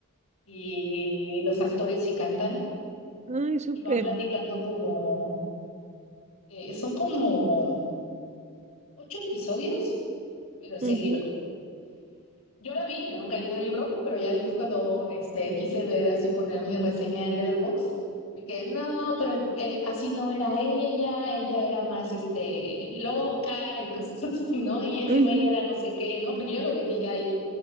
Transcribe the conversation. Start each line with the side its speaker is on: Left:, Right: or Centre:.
Left: y los actores sí cantan
Right: Ay, súper.
Left: y van platicando como, eh, son como ocho episodios, pero es
Right: Ujú,
Left: el libro. Yo la vi, yo nunca he leído el libro, pero ya después cuando este, quise ver así poner mi reseña en Letterboxd, vi que no, pero el- eh, así no era ella, ella era más este, loca y cosas <laughs> así, ¿no? Y ese
Right: ujú,
Left: güey era no sé qué, ¿no? Porque yo lo vi y dije, ay,